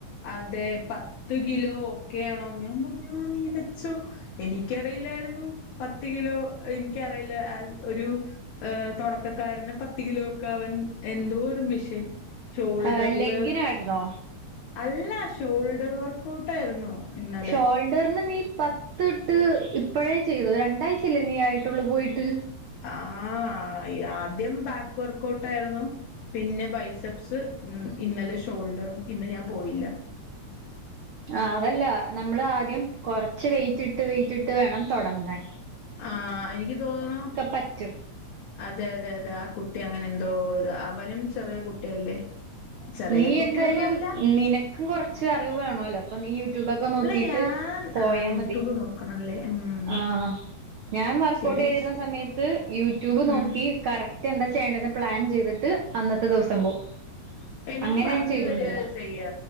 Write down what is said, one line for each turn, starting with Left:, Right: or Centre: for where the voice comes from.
Left: അതെ പത്ത് കിലോ ഒക്കെയ ആണോ ഞാൻ പറഞ്ഞു നീ വെച്ചോ എനിക്കറിയില്ലായിരുന്നു പത്ത് കിലോ എനിക്കറിയില്ല അഹ് ഒരു ഏ തൊടക്കക്കാരന് പത്ത് കിലോക്കെ അവൻ എന്തോ ഒരു മെഷീൻ. ഷോൾഡറില്
Right: ആ ലെഗ്ഗിനായിരുന്നോ
Left: അല്ല ഷോൾഡർ വർക്ക് ഔട്ട് ആയിരുന്നു. ഇന്നലെ
Right: ഷോൾഡറിന് നീ പത്ത് ഇട്ട് ഇപ്പഴേ ചെയ്തോ രണ്ടാഴ്ച അല്ലേ നീ ആയിട്ടുള്ളൂ പോയിട്ട്.
Left: ആ യത് ആദ്യം ബാക്ക് വർക്ക്ഔട്ട് ആയിരുന്നു പിന്നെ ബൈസെപ്സ് മ്മ് ഇന്നലെ ഷോൾഡറും ഇന്ന് ഞാൻ പോയില്ല.
Right: ആ അതല്ല നമ്മൾ ആദ്യം കൊറച്ച് വെയിറ്റിട്ട് വെയിറ്റിട്ട് വേണം തൊടങ്ങാൻ.
Left: ആ എനിക്ക് തോന്നണൂ
Right: പറ്റും
Left: അതെ അതെ അതെ ആ കുട്ടി അങ്ങനെ. എന്തോ ഇത് അവനും ചെറിയ കുട്ടിയല്ലേ. ചെറിയ
Right: നീ
Left: കുട്ടിയൊന്നും
Right: എന്തായാലും
Left: അല്ല
Right: നിനക്കും കൊറച്ച് അറിവ് വേണോല്ലോ. അപ്പ നീ യു ട്യൂബൊക്കെ നോക്കീട്ട്
Left: അല്ല ഞാൻ
Right: പോയാ
Left: ആ യൂട്യൂബ്
Right: മതി
Left: നോക്കണല്ലേ ഉം
Right: ആ ഞാൻ വർക്ക്‌ഔട്ട്
Left: ശരി
Right: ചെയ്തിരുന്ന
Left: ശരി
Right: സമയത്ത് യൂട്യൂബ്
Left: ഉം
Right: നോക്കി കറക് റ്റേ എന്താ ചെയ്യേണ്ടെന്ന് പ്ലാൻ ചെയ്തിട്ട് അന്നത്തെ ദിവസം പോവും.
Left: എനിക്ക്
Right: അങ്ങനെ
Left: പറഞ്ഞതരുവാ
Right: ഞാൻ ചെയ്തോണ്ടിരുന്ന
Left: ചെയ്യ